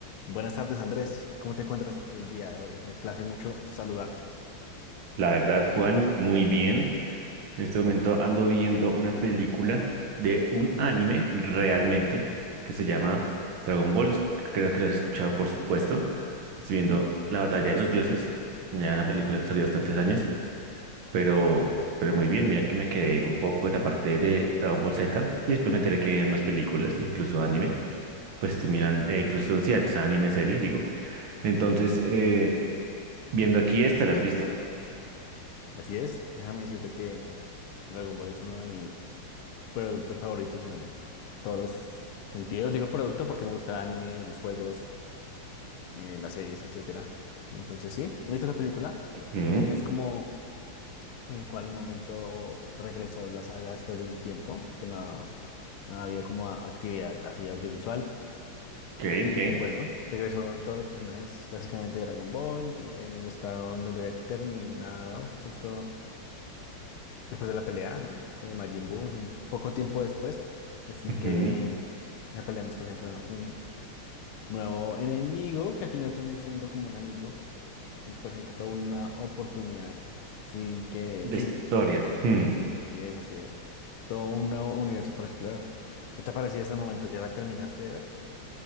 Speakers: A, on the left; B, on the right.
A: Buenas tardes, Andrés. ¿Cómo te encuentras el día de hoy? Me place mucho saludarte,
B: La verdad, Juan, muy bien. En este momento ando viendo una película de un anime realmente que se llama Dragon Ball. Es- Creo que lo has escuchado, por supuesto. Estoy viendo La Batalla
A: por supuesto.
B: de los Dioses, ya una película que salió hace bastantes años, pero, pero muy bien. Mira que me quedé un poco en la parte de Dragon Ball Z y después me enteré que hay unas películas, incluso anime, pues estoy mirando, eh, incluso, sí, o sea, anime serie, digo. Entonces, eh, viendo aquí esta, ¿la has visto?
A: Así es, déjame decirte que Dragon Ball es uno de mis productos favoritos en todos los sentidos. Digo producto porque me gusta el anime, los juegos, eh, las series, etcétera. Entonces, sí, me visto la película.
B: Ujú,
A: Eh, es como en el cual un momento regresó la saga después de un tiempo que no, no ha habido como actividad así audiovisual.
B: Ok,
A: Y
B: ok.
A: bueno, regresó todos los personajes básicamente de Dragon Ball en el estado en donde había terminado justo después de la pelea, ¿no? De Majin Buu, un poco tiempo después. Así
B: Ujú.
A: que la pelea nos presenta un nuevo enemigo que al final termina siendo como un amigo. Nos presenta toda una oportunidad. Así que
B: De
A: sí,
B: historia. hmm.
A: así es, así es. Todo un nuevo universo por explorar. ¿Qué te ha parecido hasta el momento? ¿Ya la terminaste de ver?